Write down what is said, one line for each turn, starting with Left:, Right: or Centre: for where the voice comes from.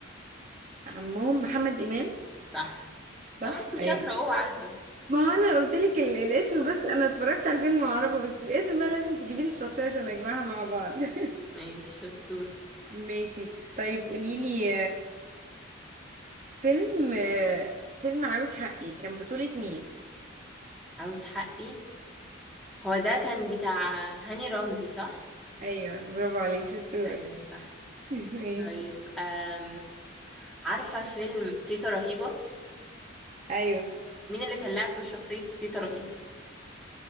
Right: عمهم محمد امام
Centre: صح
Right: صح
Centre: طب ما انتي
Right: ايوه
Centre: شاطرة اهو عارفة
Right: ما هو انا قلت لك الاسم بس انا اتفرجت على الفيلم واعرفه بس الاسم بقى لازم تجيبي لي الشخصيه عشان اجمعها مع بعض <laughs>
Centre: ماشي شطورة
Right: ماشي طيب قولي لي فيلم آه، فيلم عاوز حقي كان بطولة مين
Centre: عاوز حقي هو ده كان بتاع هاني رمزي صح
Right: ايوه برافو عليك شطورة
Centre: ايوه
Right: <laughs>
Centre: صح
Right: ماشي
Centre: طيب أم... عارفة فيلم تيتا رهيبة
Right: ايوه
Centre: مين اللي كان لاعب دور شخصية تيتا رهيبة